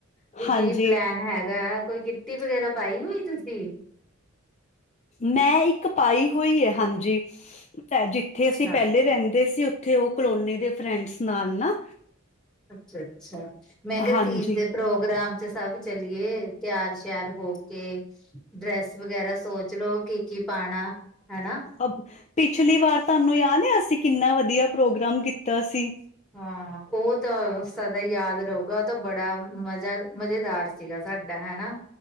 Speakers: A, in the centre; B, on the left (about 35°).
A: ਵੀ
B: ਹਾਂਜੀ,
A: ਕੀ ਪਲੈਨ ਹੈਗਾ, ਕੋਈ ਕਿੱਟੀ ਵਗੈਰਾ ਪਾਈ ਹੋਈ ਤੁਸੀਂ।
B: ਮੈਂ ਇੱਕ ਪਾਈ ਹੋਈ ਐ ਹਾਂਜੀ। ਜਿੱਥੇ
A: ਅੱਛਾ
B: ਅਸੀਂ ਪਹਿਲੇ ਰਹਿੰਦੇ ਸੀ, ਉ ਉਥੇ, ਉਹ ਕਲੋਨੀ ਦੇ ਫਰੈਂਡਸ ਨਾਲ ਨਾ।
A: ਅੱਛਾ-ਅੱਛਾ। ਮੈਂ ਕਿਹਾ
B: ਹਾਂਜੀ,
A: ਤੀਜ਼ ਦੇ ਪ੍ਰੋਗਰਾਮ 'ਚ ਸਭ ਚਲੀਏ, ਤਿਆਰ-ਸ਼ਿਆਰ ਹੋ ਕੇ। ਡਰੈਸ ਵਗੈਰਾ ਸੋਚ ਲੋੋ, ਕੀ-ਕੀ ਪਾਣਾ। ਹਨਾ।
B: ਅ ਪਿਛਲੀ ਵਾਰ ਤੁਹਾਨੂੰ ਯਾਦ ਆ, ਅਸੀਂ ਕਿੰਨਾ ਵਧੀਆ ਪ੍ਰੋਗਰਾਮ ਕੀਤਾ ਸੀ।
A: ਹਾਂ, ਉਹ ਤਾਂ ਸਦਾ ਯਾਦ ਰ‌ਊਗਾ। ਉਹ ਤਾਂ ਬੜਾ ਮਜ਼ਾ ਮਜ਼ੇਦਾਰ ਸੀਗਾ ਸਾਡਾ ਹੈ ਨਾ।